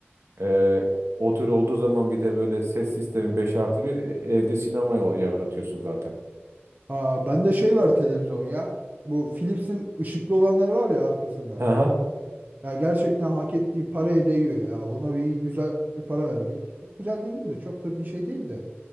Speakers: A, on the right; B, on the right.
A: Ee, o tür olduğu zaman bir de böyle ses sistemi 5 artı bir evde sinema yol- yaratıyorsun zaten.
B: Aa bende şey var televizyon ya. Bu Philips'in ışıklı olanları var ya arkasında.
A: Hı hı.
B: Ya gerçekten hak ettiği paraya değiyor ya. Ona bir iyi, güzel para verdik. Güzel dediğim de çok da bir şey değil de.